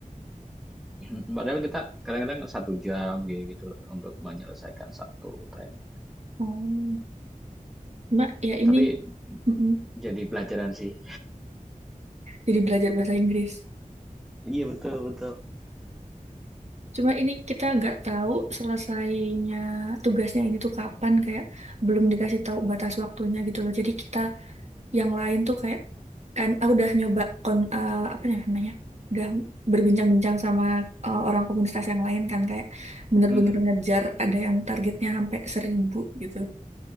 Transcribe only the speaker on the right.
Oh, Mbak, ya
ini hmm.
Jadi belajar bahasa Inggris.
Cuma ini kita nggak tahu selesainya tugasnya ini tuh kapan, kayak belum dikasih tahu batas waktunya gitu loh. Jadi kita yang lain tuh kayak kan aku udah nyoba kon eh, apa ya namanya? Udah berbincang-bincang sama eh, orang komunitas yang lain kan kayak bener-bener
ngejar ada yang targetnya sampai seribu gitu.